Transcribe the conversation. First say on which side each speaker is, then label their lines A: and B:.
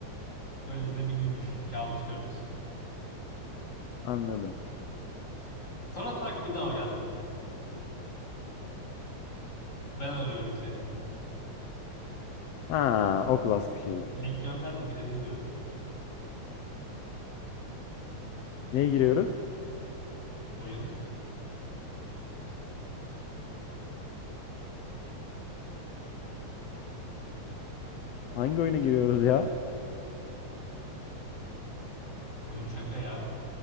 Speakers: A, on the left (about 25°); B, on the left (about 65°).
A: Öylesine bir günmüş. Kabus görmüşsün.
B: Anladım.
A: Sonra tak bir daha uyandın. Ben arıyorum seni.
B: Ha, o klas bir şey.
A: Link gönder de girelim diyorum.
B: Neye giriyoruz?
A: Oyun.
B: Hangi oyuna giriyoruz ya?
A: Oyun şaka ya.